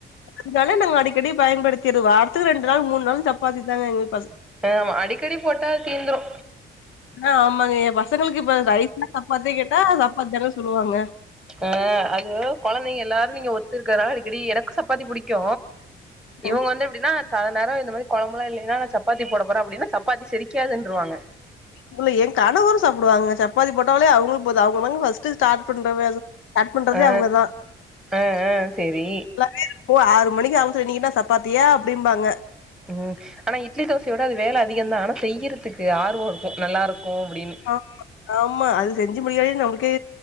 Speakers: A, on the left; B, in the centre.
A: இதாலே நாங் அடிக்கடி பயன்படுத்திரு வார்த்துக்கு ரெண்டு நாள் மூண் நாள் சப்பாத்தி தாங்க எங்கள் பஸ்
B: அ மா அடிக்கடி போட்டா தீந்துரு
A: ஆ ஆமாங்க எ பசங்கள்க் இப்ப ரைஸ்னா சப்பாத்தி கேட்டா சப்பாத்தி தான சொல்லுவாங்க
B: ஆ அது கொழந்தைங்க எல்லாரு நீங்க ஒத்துர்க்கரா அடிக்கடி எனக் சப்பாத்தி புடிக்கு இவங்க
A: அ
B: வந்து எப்டின்னாத் சா அது நேரு இந்த மாரி கொழம்புல்ல இல்லைன்னா நா சப்பாத்தி போட போறே அப்டின்னு சப்பாத்தி செரிக்காதுன்றுவாங்க
A: உள்ளு ஏ கணவரு சாப்டுவாங்க சப்பாத்தி போட்டவ்லே அவ்ங்ளு பொத் அவ்ங்க வந்து ஸ்டாட் பண்ற வேகு கட் பண்றதே
B: ஆ
A: அவங்கதா
B: ஆ ஆ சேரி
A: லல்லேரு ஓ ஆறு மணிக்கி அம்ச்சு நீங்கன்னா சப்பாத்தியா அப்டிம்பாங்க
B: உம் ஆனா இட்லி தோசையோட அது வேல அதிகன்தா ஆனா செய்யிறத்துக்கு ஆர்வோ ருக்கு நல்லாருக்கு அப்டின்னு
A: ஆமா ஆமா அது செஞ்சு முடியயே நம்ளுக்கே